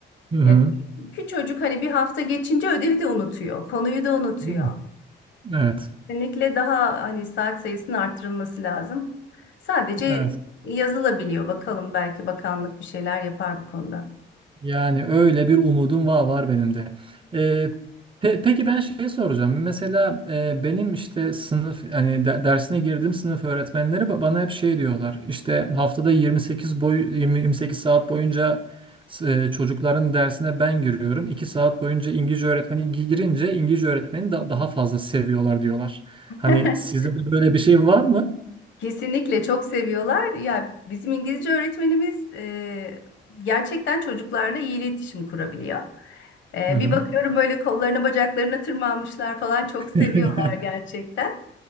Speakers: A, on the right; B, on the left.
A: Hı hı.
B: Ya küçücük hani bir hafta geçince ödevi de unutuyor, konuyu da unutuyor.
A: Değil mi? Evet.
B: Kesinlikle daha hani saat sayısının artırılması lazım. Sadece
A: Evet.
B: yazılabiliyor. Bakalım belki bakanlık bir şeyler yapar bu konuda.
A: Yani öyle bir umudum var, var benim de. Ee, pe- peki ben şey soracağım. Mesela e, benim işte sınıf hani de- dersine girdiğim sınıf öğretmenleri ba- bana hep şey diyorlar. İşte haftada 28 boy 20 28 saat boyunca e, çocukların dersine ben giriyorum. iki saat boyunca İngilizce öğretmeni gi- girince İngilizce öğretmeni da- daha fazla seviyorlar diyorlar.
B: <laughs>
A: Hani sizde de böyle bir şey var mı?
B: Kesinlikle çok seviyorlar. Ya bizim İngilizce öğretmenimiz e, gerçekten çocuklarla iyi iletişim kurabiliyor. E,
A: Hı hı.
B: bir bakıyorum böyle kollarına bacaklarına tırmanmışlar falan çok
A: <laughs>
B: seviyorlar gerçekten.